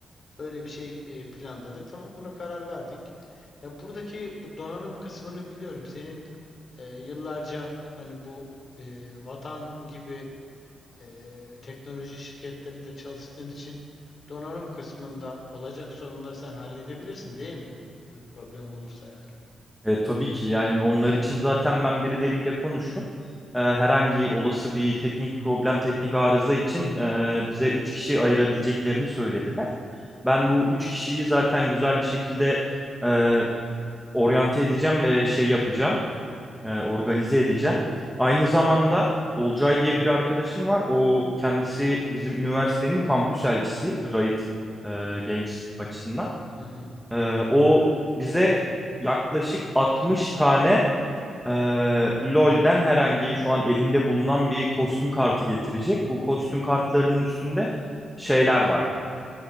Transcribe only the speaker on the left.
öyle bir şey e, planladık. Tamam buna karar verdik. Ya buradaki bu donanım kısmını biliyorum. Senin e, yıllarca hani bu e, Vatan gibi eee, teknoloji şirketlerinde çalıştığın için donanım kısmında olacak sorunları sen halledebilirsin değil mi? Bir problem olursa yani.
Hı hı.